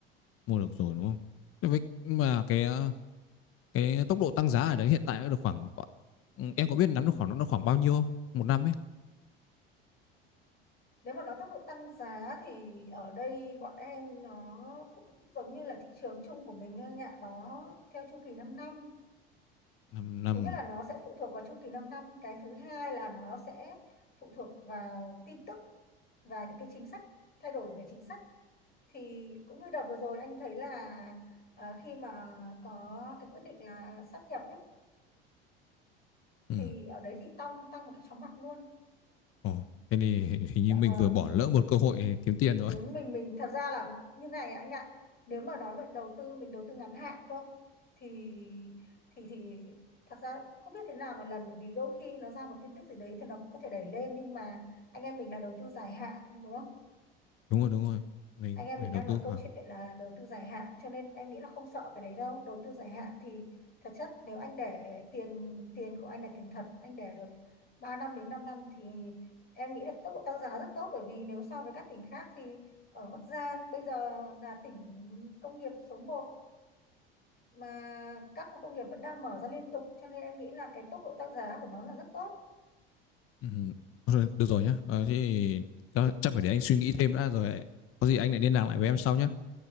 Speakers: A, on the left; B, on the left.
A: mua được rồi đúng không? Thế Với mà cái ờ, cái tốc độ tăng giá ở đấy hiện tại nó được khoảng ừ, em có biết nắm được khoảng nó được khoảng bao nhiêu không? Một năm ấy.
B: nếu mà nói tốc độ tăng giá thì ở đây bọn em nó cũng giống như là thị trường chung của mình thôi anh ạ nó theo chu kỳ 5 năm
A: Năm năm
B: thứ nhất là nó sẽ phụ thuộc vào chu kỳ 5 năm cái thứ hai là nó sẽ phụ thuộc vào tin tức và những cái chính sách thay đổi về chính sách thì cũng như đợt vừa rồi anh thấy là à, khi mà có cái quyết định là sáp nhập ấy
A: ừ.
B: thì ở đấy thì tăng tăng một cái chóng mặt luôn
A: Ồ, thế thì hình
B: dạ
A: như mình
B: vâng
A: vừa bỏ lỡ một cơ hội kiếm tiền rồi.
B: đúng mình mình thật ra là như này anh ạ nếu mà nói về đầu tư mình đầu tư ngắn hạn cơ thì thì thì thật ra cũng không biết thế nào một lần bởi vì đôi khi nó ra một tin tức gì đấy thì nó cũng có thể đẩy lên nhưng mà anh em mình là đầu tư dài hạn đúng không
A: <laughs> Đúng rồi, đúng rồi. Mình
B: anh em
A: phải
B: mình
A: đầu
B: đang nói
A: tư
B: câu
A: vào.
B: chuyện là đầu tư dài hạn cho nên em nghĩ là không sợ cái đấy đâu đầu tư dài hạn thì thật chất nếu anh để tiền tiền của anh là tiền thật anh để được 3 năm đến 5 năm thì em nghĩ là tốc độ tăng giá rất tốt bởi vì nếu so với các tỉnh khác thì ở Bắc Giang bây giờ là tỉnh công nghiệp số một mà các khu công nghiệp vẫn đang mở ra liên tục cho nên em nghĩ là cái tốc độ tăng giá của nó là rất tốt
A: Ừ. Thôi, Được rồi nhá. Ờ, thế thì chắc chắc phải để anh suy nghĩ thêm đã rồi. Có gì anh lại liên lạc lại với em sau nhá.